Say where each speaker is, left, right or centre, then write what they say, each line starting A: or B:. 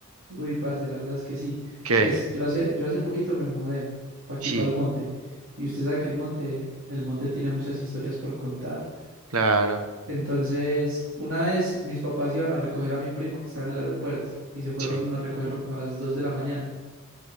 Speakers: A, on the right; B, on the right.
A: Uy, parce, la verdad es que sí.
B: ¿Qué?
A: Pues yo hace, yo hace poquito me mudé para
B: Sí,
A: aquí, para el monte. Y usted sabe que el monte, el monte tiene muchas historias por contar.
B: claro.
A: Entonces, una vez mis papás iban a recoger a mi primo que estaba en el aeropuerto y se fueron
B: Sí,
A: a recogerlo como a las 2 de la mañana.